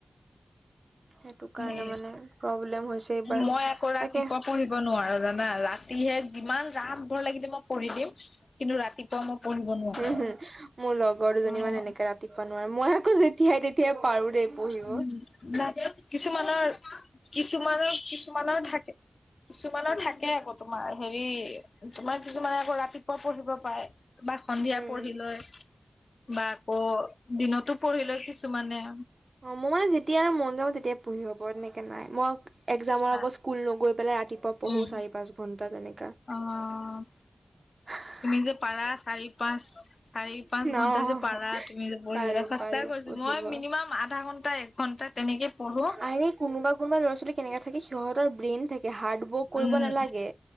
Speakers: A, on the right; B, on the left.
A: সেইটো কাৰণে
B: সেই
A: মানে। প্ৰব্লেম হৈছে। এইবাৰ
B: মই আকৌ ৰাতিপুৱা
A: তাকে
B: পঢ়ি। ব নোৱাৰোঁ জানা। ৰাতিহে যিমান ৰাত ভৰ লাগিলে মই পঢ়ি দিম। কিন্তু ৰাতিপুৱা মই পঢ়িব নোৱাৰো।
A: হুম, হুম, মোৰ লগৰ দুজনী
B: অ',
A: মানে এনেকে ৰাতিপুৱা নোৱাৰে। মই আকৌ যেতিয়াই তেতিয়া। পাৰোঁ দেই। পঢ়িব
B: উম, কিছুমানৰ, কিছুমানৰ, কিছুমানৰ থাকে। কিছুমানৰ থাকে আকৌ। তোমাৰ হেৰি, তোমাৰ কিছুমানে আকৌ ৰাতিপুৱা পঢ়িব পাৰে। বা সন্ধিয়া
A: উম
B: পঢ়ি লৈ। বা আকৌ দিনতো পঢ়িলৈ কিছুমানে।
A: অ' মোৰ মানে যেতিয়া আৰু মন যাব তেতিয়া পঢ়ি পাৰো তেনেকে নাই মই। একজামৰ
B: আচ্ছা,
A: আগত স্কুল নগৈ পেলাই ৰাতিপুৱা পঢ়ো
B: উম,
A: চাৰি পাঁচ ঘন্টা তেনেকা।
B: অ',
A: শাহ।
B: তুমি যে পাৰা চাৰি পাঁচ চাৰি পাঁচ ঘন্টা
A: অ
B: যে পাৰা তুমি যে পঢ়িবলৈ
A: পাৰো
B: সঁচা
A: পাৰো
B: কৈছোঁ।
A: পঢ়িব
B: মই মিনিমাম আধা ঘন্টা এক ঘন্টা তেনেকে পঢ়ো।
A: আৰে কোনোবা কোনোবা লৰা ছোৱালী কেনেকে থাকে সিহঁতৰ ব্ৰেইন থাকে। কে হাৰ্ড ৱৰ্ক কৰিব
B: উম
A: নালাগে